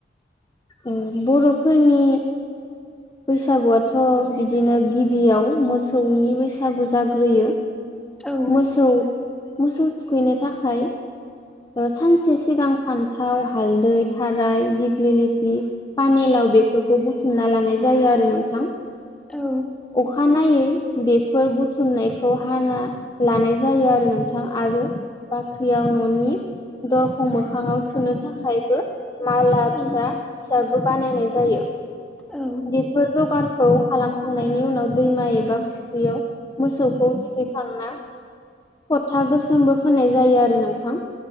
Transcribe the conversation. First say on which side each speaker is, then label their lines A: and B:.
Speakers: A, on the left; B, in the centre.
A: उम बर'फोरनि बैसागुआथ' बिदिनो गिबियाव मोसौनि बैसागु जाग्रोयो
B: औ
A: मोसौ मोसौ थुखैनो थाखाय ओ सानसे सिगां फान्थाव हालदै थाराय दिग्लिलिथि पानेलाव बेफोरखौ बुथुमना लानाय जायो आरो नोंथां।
B: औ
A: अखानायनायै बेफोर बुथुमनायखौ हाना लानाय जायो आरो नोंथां आरो बाख्रियाव न'नि दरखं मोखाङाव थुनो थाखायबो माला
B: औ
A: फिसा फिसाबाबो बानायनाय जायो।
B: औ
A: बेफोर जगारखौ खालामखांनायनि उनाव दैमा एबा फुख्रियाव मोसौखौ थुखैखांना फथा गोसोमबो फोननाय जायो आरो नोंथां